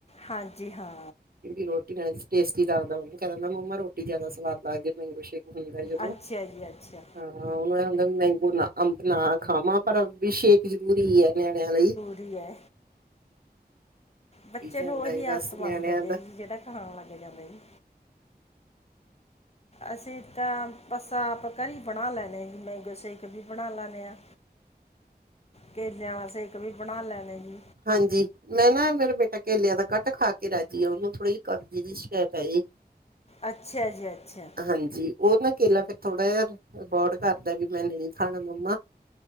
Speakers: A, on the left; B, on the right.
A: ਹਾਂਜੀ ਹਾਂ।
B: ਕਿਉਂਕਿ ਰੋਟੀ ਨਾਲ ਟੇਸਟੀ ਲਗਦਾ ਔਨੂੰ ਕਹਿ ਦਿੰਦਾ ਮੰਮਾ ਰੋਟੀ ਜਿਆਦਾ ਸਵਾਦ ਲੱਗਦੀ ਐ ਮੈਂਗੋ ਸੇਕ ਹੁੰਦਾ ਜਦੋਂ
A: ਅੱਛਾ ਜੀ ਅੱਛਾ
B: ਹਾਂ ਉਹਨੂੰ ਹੁੰਦਾ ਮੈਂਗੂ ਨਾ ਅੰਬ ਨਾ ਖਾਵਾਂ ਪਰ ਵੀ ਸ਼ੇਕ ਜ਼ਰੂਰੀ ਐ ਨਿਆਣਿਆਂ ਲਈ।
A: ਵੀ ਐ। ਬੱਚੇ
B: ਪੀ ਜਾਂਦਾ
A: ਨੂੰ ਉਹੀ
B: ਏ ਬਸ
A: ਆਦਤ ਬਣ
B: ਨਿਆਣਿਆਂ
A: ਜਾਂਦੀ
B: ਦਾ
A: ਐ ਜੀ ਜਿਹੜਾ ਖਾਣ ਲੱਗ ਜਾਂਦਾ ਜੀ। ਅਸੀਂ ਤਾਂ ਬਸ ਆਪ ਘਰੀ ਬਣਾ ਲੈਨੇ ਆ ਜੀ ਮੈਗੋ ਸੇਕ ਵੀ ਬਣਾ ਲੈਨੇ ਆ। ਕੇਲਿਆਂ ਵਾਲਾ ਸੇਕ ਵੀ, ਬਣਾ ਲੈਣੇ ਜੀ।
B: ਹਾਂਜੀ। ''ਮੈਂ ਨਾ ਮੇਰਾ ਬੇਟਾ ਕੇਲਿਆਂ ਦਾ ਕੱਟ ਖਾਕੇ ਰਾਜੀ ਆ, ਉਹਨੂੰ ਥੋੜ੍ਹੀ ਜਹੀ ਕਬਜ਼‌ ਦੀ ਸ਼ਿਕਾਇਤ ਆ ਜੀ।
A: ਅੱਛਾ ਜੀ, ਅੱਛਾ।
B: ਹਾਂਜੀ, ਉਹ ਨਾ ਕੇਲਾ ਫੇਰ ਥੋੜਾ ਜਿਹਾ ਅਬੋਡ ਕਰਦਾ ਵੀ, ਮੈਂ ਨਹੀਂ ਖਾਣਾ ਮੰਮਾ।